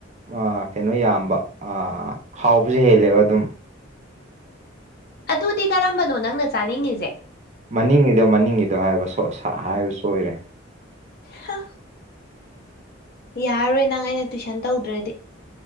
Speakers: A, on the right (about 35°); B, on the left (about 50°).
A: ꯑꯥ ꯀꯩꯅꯣ ꯌꯥꯝꯕ ꯍꯥꯎꯕꯁꯨ ꯍꯦꯜꯂꯦꯕ ꯑꯗꯨꯝ
B: ꯑꯗꯨꯗꯤ ꯀꯔꯝꯕꯅꯣ ꯅꯪꯅ ꯆꯥꯅꯤꯡꯉꯤꯖꯦ
A: ꯃꯅꯤꯡꯉꯤꯗꯣ ꯃꯅꯤꯡꯉꯤꯗꯣ ꯍꯥꯏꯕ ꯁꯣ ꯁꯥ ꯍꯥꯢꯕ ꯁꯣꯢꯔꯦ
B: ꯍꯥ ꯌꯥꯔꯔꯣꯢ ꯅꯪ ꯑꯩꯅ ꯇꯨꯢꯁꯟ ꯇꯧꯗ꯭ꯔꯗꯤ